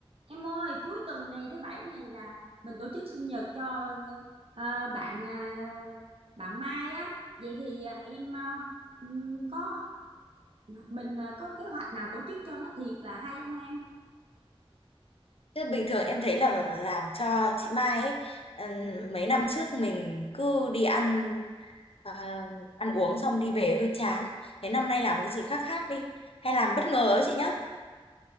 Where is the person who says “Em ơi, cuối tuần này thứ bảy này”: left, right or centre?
Right